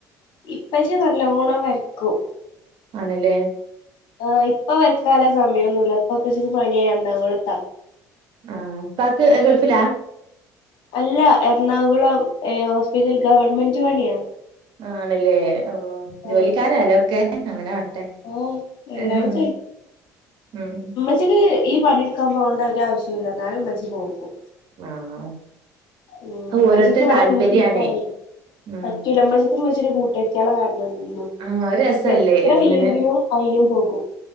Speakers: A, on the left (about 65°); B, on the right (about 60°).
A: ഇപ്പച്ചി നല്ലോണം വരക്കും.
B: ആണ് ല്ലേ
A: ആ ഇപ്പ വരക്കാല സമയമൊന്നുല്ല ഇപ്പൊ ഇപ്പച്ചിക്ക് പണിയായി എറണാകുളത്താ.
B: ആഹ ഇപ്പാക്ക് ഗൾഫിലാ
A: അല്ല എറണാകുളം ഏ ഹോസ്പിറ്റൽ ഗവൺമെന്റ് പണിയാ.
B: ആണ്ല്ലേ ഓ
A: ആഹ്
B: ജോലിക്കാരല്ലേ ഒക്കെ? അങ്ങനെ ആവട്ടെ
A: ഓഹ് എല്ലാരും
B: ആഹ് ഉം ഉം
A: മ്മച്ചിക്ക് ഈ പണിയെടുക്കാൻ പോകണ്ട ഒരു ആവശ്യൂല്ല ഇന്നാലും മ്മച്ചി പോകും.
B: ആഹ്
A: മ്മച്ചിക്ക്
B: ഓരോരുത്തരെ
A: ഇവടെ
B: താല്പര്യാണേ
A: വീട്ടിലിരിക്കാനെ
B: ഉം
A: പറ്റൂല. മ്മച്ചിക്ക് മ്മച്ചിക്ക് കൂട്ടാർത്തിയാളെ കാണണം എന്നും.
B: ആഹ് അത് രസല്ലേ
A: എത്ര
B: ഇങ്ങനെ
A: വെയ്യെങ്കിലും അയിനും പോകും.